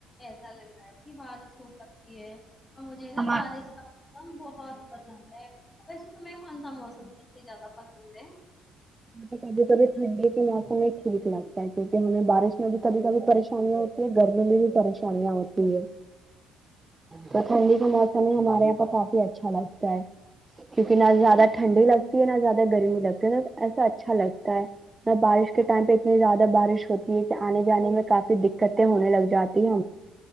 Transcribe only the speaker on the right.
ہمارے
تو کبھی کبھی ٹھنڈے کے موسم میں ٹھیک لگتا ہے کیونکہ ہمیں بارش میں بھی کبھی کبھی پریشانی ہوتی گرمی میں بھی پریشانیاں ہوتی ہے تو ٹھنڈی کا موسم ہی ہمارے یہاں پر کافی اچھا لگتا ہے کیونکہ نہ زیادہ ٹھنڈی لگتی ہے نہ زیادہ گرمی لگتی ہے تو ایسا اچھا لگتا ہے بارش کے ٹائم پہ اتنی زیادہ بارش ہوتی ہے کہ آنے جانے میں کافی دقتیں ہونے لگ جاتی